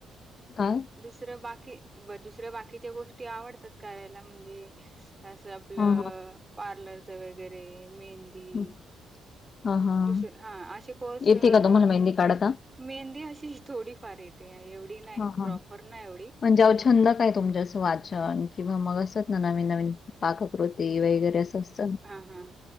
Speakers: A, on the left; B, on the right.
A: काय?
B: दुसरं बाकी ब, दुसऱ्या बाकीच्या गोष्टी आवडतात करायला म्हणजे असं आपलं
A: हा
B: पार्लरच वगैरे, मेहंदी.
A: हा हां, हां.
B: दुस-या हा आशे कोरस्
A: येते
B: -
A: का तुम्हाला मेहंदी काढता?
B: मेहंदी अशी ही.. थोडी फार येते, एवढी नाही,
A: हां, हां.
B: प्रॉपर नाही एवढी.
A: म्हणजे अवो, छंद काय तुमच? असं वाचन, किंवा मग असचंन नवीन नवीन. पाककृती वैगेरे असं असतं ना.
B: हां हां.